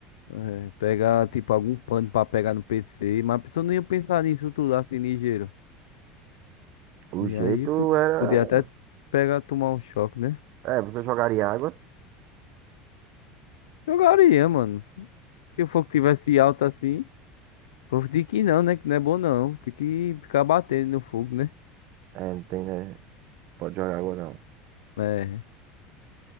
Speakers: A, on the left (about 85°); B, on the right (about 55°).
A: é, pega, tipo, algum pano pra pegar no PC. Mas a pessoa não ia pensar nisso tudo assim, ligeiro.
B: O
A: E
B: jeito
A: aí po-
B: era.
A: podia até pegar, tomar um choque, né?
B: É, você jogaria água?
A: Jogaria, mano. Se o fogo tivesse alto assim. O povo diz que não, né? Que não é bom não. Tem que ficar batendo no fogo, né?
B: É, não tem, né? Pode jogar água, não.
A: É.